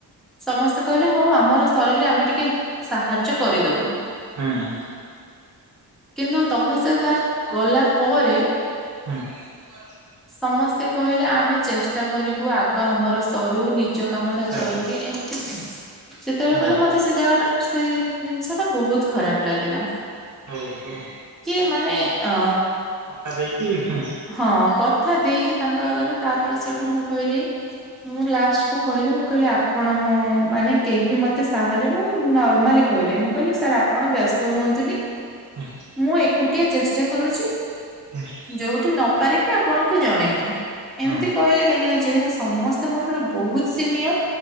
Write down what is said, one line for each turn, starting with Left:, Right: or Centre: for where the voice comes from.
Centre: ସମସ୍ତେ କହିଲେ ହଉ ଆମର ସରିଲେ ଆମେ ଟିକେ ସାହାଯ୍ୟ କରିଦବୁ।
Right: ହୁଁ ହୁଁ।
Centre: କିନ୍ତୁ ତହସିଲଦାର ଗଲା ପରେ
Right: <unintelligible>
Centre: ସମସ୍ତେ କହିଲେ ଆମେ ଚେଷ୍ଟା କରିବୁ ଆଗ ଆମର ସରୁ ନି କାମ ଟା
Right: ତାପରେ
Centre: ଜରୁରୀ ଏମିତି ସେତେବେଳେ
Right: ହଁ
Centre: କହିଲେ ମତେ
Right: ହଁ
Centre: ସେ ଜାଗା ଟା ସେଇ ଜିନିଷ ଟା ବହୁତ୍ ଖରାପ୍ ଲାଗିଲା।
Right: ହଉ ହଉ।
Centre: କି ମାନେ ଅ
Right: କଟା ଦେଇକି ହୁଁ
Centre: ହଁ କ କଥା ଦେଇକି ତାଙ୍କ ଆଗରେ ତାପରେ ସେଠୁ ମୁଁ କହିଲି ମୁଁ ଲାଷ୍ଟ କୁ କହିଲି ମୁଁ କହିଲି ଆପଣ ମାନେ କେହି ମତେ ସାହାଯ୍ୟ ମୁଁ ନର୍ମାଲି କହିଲି ମୁଁ କହିଲି ଆପଣ ବ୍ୟସ୍ତ ହୁଅନ୍ତୁନି
Right: ହୁଁ
Centre: ମୁଁ ଏକୁଟିଆ ଚେଷ୍ଟା କରୁଛି।
Right: ହୁଁ
Centre: ଯୋଉଠି ନ ପାରିବି ଆପଣଙ୍କୁ ଜଣେଇବି ଏମିତି
Right: ହୁଁ
Centre: କହିଲେ କାହିଁକି ନା ଯେହେ ତ ସମସ୍ତେ ମୋ ଠାରୁ ବହୁତ୍ ସିନିୟର